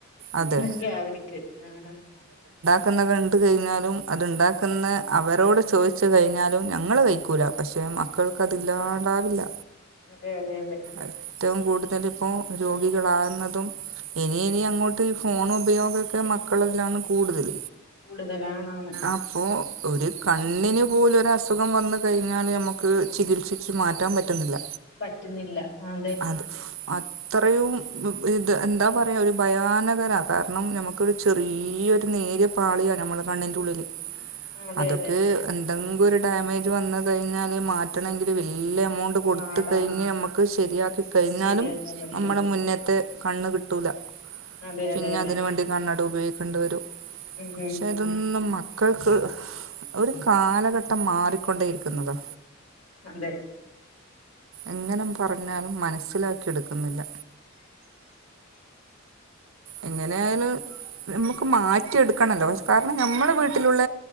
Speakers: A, on the right; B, on the left.
A: അതെ
B: ഇതൊക്കെയ അവനിക്ക് ആ
A: കുന്ന കണ്ട് കഴിഞ്ഞാലും അതുണ്ടാക്കുന്ന അവരോട് ചോദിച്ചു കഴിഞ്ഞാലും ഞങ്ങൾ കഴിക്കൂല പക്ഷെ മക്കൾക്ക് അതില്ലാണ്ടാവില്ല
B: അതെ അതെ അതെ
A: ഏറ്റവും കൂടുതൽ പ്പോ രോഗികളാകുന്നതും ഇനി ഇനി അങ്ങോട്ട് ഈ ഫോൺ ഉപയോഗമൊക്കെ മക്കളതിലാണ് കൂടുതൽ
B: കൂടുതലാണാണ്
A: അപ്പോൾ ഒരു കണ്ണിന് പോലൊ ഒരു അസുഖം വന്ന് കഴിഞ്ഞാൽ നമുക്ക് ചികിത്സിച്ച് മാറ്റാൻ പറ്റുന്നില്ല
B: പറ്റുന്നില്ല അതെ
A: അത് അത്രയും ഇത് എന്താ പറയുക ഒരു ഭയാനകരാണ് കാരണം നമുക്കൊരു ചെറിയൊരു നേരിയ പാളിയാണ് നമ്മൾ കണ്ണി ഉള്ളിൽ
B: അതെ
A: അതൊക്കെ
B: അതെ
A: എന്തെങ്കിലും ഒരു ഡാമേജ് വന്ന കഴിഞ്ഞാല് മാറ്റണമെങ്കിൽ വലിയ എമൗണ്ട് കൊടുത്ത്
B: പാടാണ്
A: കഴിഞ്ഞ് നമുക്ക് ക്ക് ശരിയാക്കി കഴിഞ്ഞാലും
B: ശരിയാക്കാൻ പറ്റുള്ളൂ
A: നമ്മള മുന്നേത്തെ കണ്ണ് കിട്ടൂല
B: അതെ
A: പിന്നെ
B: അതെ അതെ
A: അതിന് വേണ്ടി കണ്ണട ഉപയോഗിക്കേണ്ടി വരും
B: ഉം ഉം
A: ശതൊന്നും
B: ഉം
A: മ മക്കൾക്ക് ഒരു കാലഘട്ടം മാറിക്കൊണ്ടേയിരിക്കുന്നതാ
B: അതെ
A: എങ്ങനെ പറഞ്ഞാലും മനസിലാക്കിയെടുക്കുന്നില്ല എങ്ങനെ ആയാലും നമ്മുക്ക് മാറ്റിയെടുക്കണല്ലോ കാരണം ഞമ്മളെ വീട്ടിലുള്ള